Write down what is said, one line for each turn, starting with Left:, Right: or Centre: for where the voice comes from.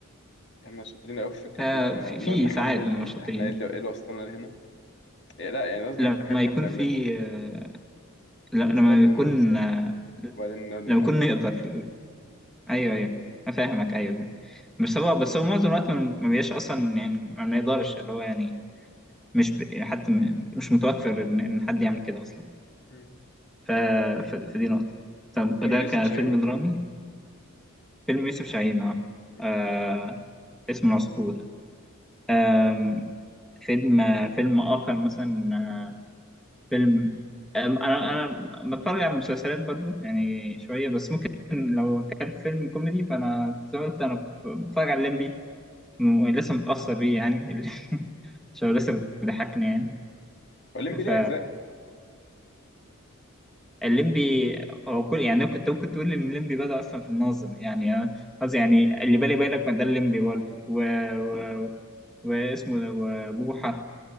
Left: احنا شاطرين قوي في فكره
Centre: آه،
Left: ان احنا
Centre: في
Left: نقعد
Centre: في
Left: نحلل
Centre: ساعات من المشاطرين
Left: احنا ايه اللي ايه اللي وصلنا لهنا يعني لا يعني قصدي
Centre: لما
Left: اكتر حاجه بنحب
Centre: يكون
Left: نعملها
Centre: في
Left: يعني.
Centre: آه، ل-
Left: بنستنى
Centre: لما يكون
Left: نوصل
Centre: آه،
Left: وبعدين نقعد نحلل
Centre: لما يكون نقدر ايوه
Left: مم.
Centre: ايوه افهمك ايوه بس هو بس هو معظم الوقت ما ما بيبقاش اصلا يعني ما بنقدرش اللي هو يعني مش ب... حتى م- مش متوفر ان إن حد يعمل كده اصلا
Left: مم.
Centre: ف... ف... فدي نقطة طب
Left: فيلم
Centre: ده
Left: ليوسف
Centre: كفيلم
Left: شاهين بتقول
Centre: درامي فيلم يوسف شاهين اه
Left: مم.
Centre: آه، اسمه العصفور آم، فيلم فيلم آخر مثلا آه، فيلم آم، أنا أنا بتفرج على مسلسلات برضو يعني شوية بس ممكن لو كان فيلم كوميدي فأنا زي ما قلت أنا بتفرج على الليمبي م- لسه متأثر بيه يعني <laughs> عشان هو لسه بيضحكني يعني
Left: هو الليمبي
Centre: ف
Left: ليه اجزاء
Centre: الليمبي هو كل يعني كنت ممكن تقول ان الليمبي بدأ اصلا في الناظر يعني قصدي يعني اللي بالي بالك ما ده الليمبي برضه و... و... واسمه ده وبوحة